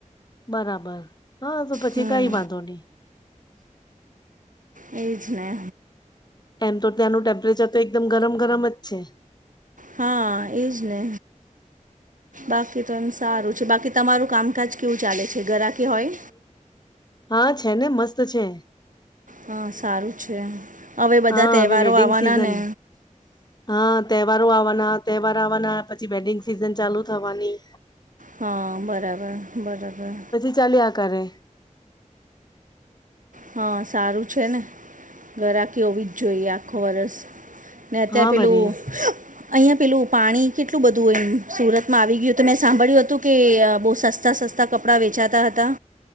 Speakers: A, on the left (about 30°); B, on the right (about 75°).
A: બરાબર હા તો પછી
B: હમ
A: કઈ વાંધો નહી.
B: એજ ને
A: એમ તો ત્યાંનું ટેમ્પરેચર તો એકદમ ગરમ ગરમ જ છે.
B: હા એજ ને બાકી તો એમ સારું છે બાકી તમારું કામકાજ કેવું ચાલે છે ગરાકી હોય.
A: હા છે ને મસ્ત છે.
B: હા સારું છે હવે બધા
A: હા
B: તહેવારો
A: હવે વેડિંગ
B: આવવાના
A: સિઝન
B: ને.
A: હા તહેવારો આવવાના તહેવાર આવવાના પછી વેડિંગ સિઝન ચાલુ થવાની.
B: હા બરાબર બરાબર.
A: ચાલીઆ કરે.
B: હા સારું છે ને. ઘરાકી હોવી જ જોઈએ આખો વરષ ને અત્યારે
A: હા
B: પેલું.
A: ભરી
B: અહીંયા પેલું પાણી કેટલું બધું એમ સુરતમાં આવી ગયું તો મેં સાંભળ્યું હતું. કે બો સસ્તા સસ્તા કપડાં વેચાતા હતા